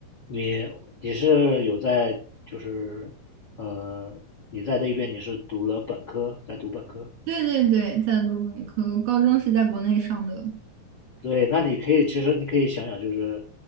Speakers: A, on the left (about 45°); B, on the right (about 70°).
A: 你你是有在就是呃你在那边你是读了本科，在读本科，
B: 对对对，在卢本科，高中是在国内上的。
A: 对，那你可以其实你可以想想就是，